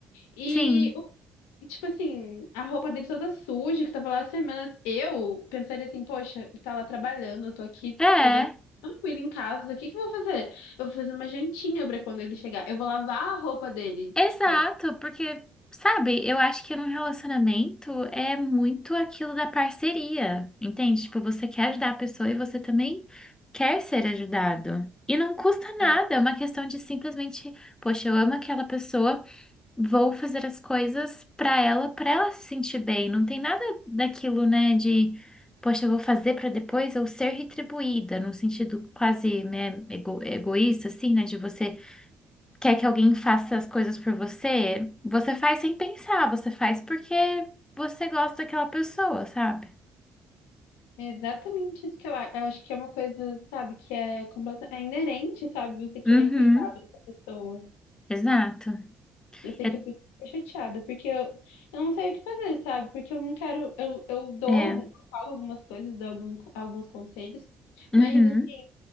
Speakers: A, on the left; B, on the left.
A: E,
B: Sim,
A: o- e, tipo assim, a roupa dele toda suja, que tava lá há semanas. Eu pensaria assim, poxa, ele tá lá trabalhando, eu tô aqui
B: é,
A: podendo ficar tranquilo em casa, o que que eu vou fazer? Eu vou fazer uma jantinha pra quando ele chegar. Eu vou lavar a roupa dele,
B: exato,
A: tipo.
B: porque, sabe, eu acho que num relacionamento é muito aquilo da parceria, entende? Tipo, você quer ajudar a pessoa e você também quer ser ajudado. E não custa nada,
A: tá.
B: é uma questão de simplesmente, poxa, eu amo aquela pessoa, vou fazer as coisas pra ela, pra ela se sentir bem. Não tem nada daquilo, né, de, poxa, eu vou fazer pra depois eu ser retribuída, num sentido quase, né, ego- egoísta, assim, né, de você quer que alguém faça as coisas por você, você faz sem pensar, você faz porque você gosta daquela pessoa, sabe?
A: É exatamente isso que eu acho. Eu acho que é uma coisa, sabe, que é completa, é inerente, sabe, você querer
B: Uhum,
A: cuidar dessa pessoa.
B: exato.
A: Eu sei
B: Eu-
A: que eu fico super chateada, porque eu, eu não sei o que fazer, sabe? Porque eu não quero. Eu, eu dou,
B: é,
A: algum- eu falo algumas coisas, dou algum- alguns conselhos,
B: uhum.
A: mas assim,